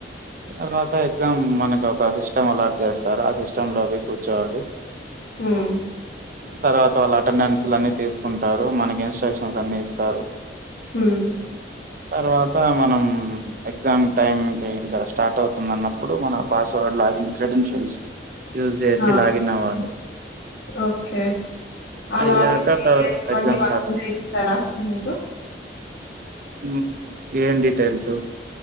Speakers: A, on the right (about 50°); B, on the left (about 80°).
A: తర్వాత ఎగ్జామ్ మనకు ఒక సిస్టమ్ అలాట్ చేస్తారు ఆ సిస్ ష్టం లో పోయి కూర్చోవాలి
B: ఉమ్
A: తర్వాత వాళ్ళ అటెండెన్స్లు అన్ని తీసుకుంటారు మనకి ఇన్స్ట్రక్షన్స్ అన్ని ఇస్తారు
B: ఉమ్
A: తర్వాత మనం ఎగ్జామ్ టైం కి ఇంకా స్టార్ట్ అవుతుంది అన్నప్పుడు మన పాస్ వ కోడ్ లాగిన్ క్రెడెంషనల్స్ యూజ్ చేసి
B: ఆ!
A: లాగిన్ అవ్వాలి
B: ఓకే అ
A: అయ్యాక
B: లాగిన్ డీటెయిల్స్
A: తర్వాత
B: అవ్వన్నీ
A: ఎగ్జామ్
B: వాళ్ళ
A: స్టార్ట్
B: ముందే ఇస్తారా మీకు
A: ఉమ్ ఏన్ డీటైల్స్